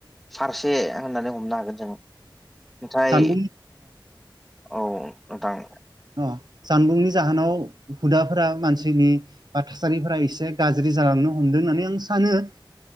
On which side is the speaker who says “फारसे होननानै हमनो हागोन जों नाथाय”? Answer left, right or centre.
Centre